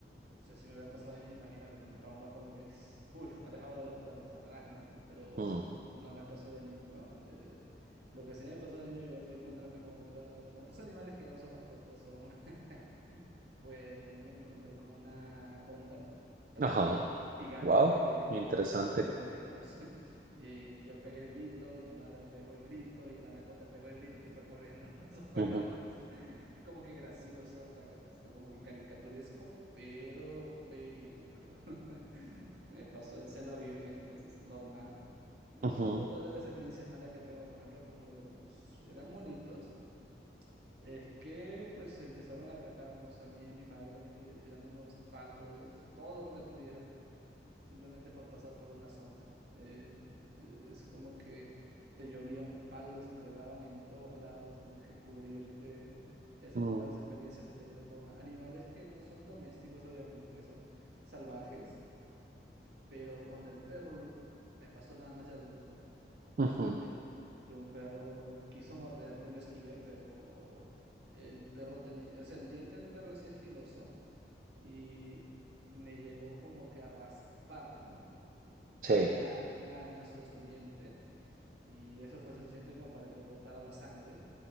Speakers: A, on the right; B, on the right.
A: o sea, si me hubiera pasado de niño, imagínate, ¿no? El trauma como que, uff, alejado de los perros, atrás, ¿no? Pero
B: Mm.
A: mm, no me pasó de niño. eh, lo que sí me pasó de niño ya fue encontrarme con otra, con otros animales que ya no son mascotas, son... <laughs> Pues de niño me encontré con una anaconda, tal
B: Ajá.
A: cual, gigante,
B: Wow.
A: de
B: Interesante.
A: no sé cuántos metros. <laughs> Y yo pegué el grito y mi madre pegó el grito y la anaconda pegó el grito y se fue corriendo. <laughs> Eso fue
B: Ujú,
A: lo más... Es como que gracioso, hasta, hasta como que caricaturesco, pero verídico. <laughs> Me pasó en Selva Virgen, entonces normal. Y
B: ujú,
A: otra de las experiencias malas que tengo, por ejemplo, con los... eran monitos, es que pues empezaron a atacarnos a mí y a mi madre, tirándonos palos, todo lo que tuvieran simplemente por pasar por una zona. Eh, es como que te llovían palos y te daban en todos lados, tenías que cubrirte. Esas
B: ujú,
A: malas experiencias he tenido con animales que no son domésticos, obviamente, son salvajes, pero con el perro l- me pasó nada más de adulto,
B: ujú.
A: eh, que un perro quiso morderme, lo esquivé, pero el perro tenía, o sea, el diente del perro en sí es filoso y me llegó como que a raspar, ¿no?
B: Sí.
A: como una, un arañazo de su diente y eso fue suficiente como para que brotara la sangre.